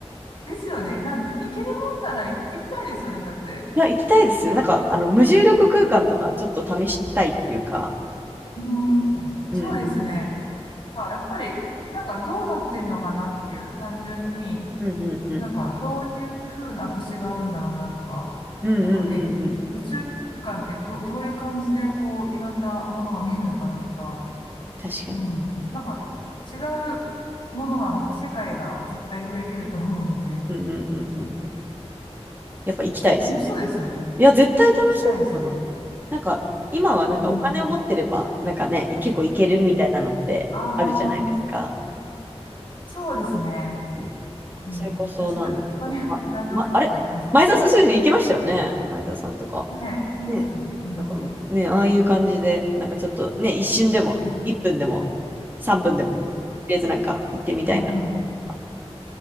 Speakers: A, on the left; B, on the right.
A: ですよね。なんと、行けるもんなら行ってみたいですよね、だって。
B: いや、行きたいです。なんか、あの、無重力空間とかちょっと試したいっていうか、
A: うん。うんそうですね。
B: うん。
A: あ、やっぱり、なんかどうなってんのかなっていう、単純に、
B: うんうんうん。
A: なんかどういうふうな星があるんだろうなとか、
B: うんうんうんうん。
A: なんかね、宇宙空間ってど、どういう感じでこう、いろんなものが見えるのかなとか、
B: 確かに。
A: うん。なんか、違うものが、世界が絶対開けると思うので、
B: うんうんうんうん。やっぱ行きたいですよね。
A: 楽しそうですよね。
B: いや、絶対楽しいと思います。
A: 行きたいですね。
B: なんか、今はなんかお金を持ってれば、
A: うん。
B: なんかね、結構いけるみたいなのってあるじゃないですか。
A: ああー、そうですね。
B: うん、
A: うん。
B: それこそ、
A: 確かに。
B: なんだろう。
A: お金、
B: ま、
A: ライザーさんとか行きますね。
B: ま、あれ前澤さん、そうです。行きましたよね。前澤さんとか。
A: ね、行きますよね。
B: ね。
A: うん。
B: だからね、
A: う
B: ああいう感じで、なんかちょっとね、一瞬でも、
A: ん。
B: 1分でも、3分でも、とりあえずなんか行ってみたいなみたいなのが
A: うん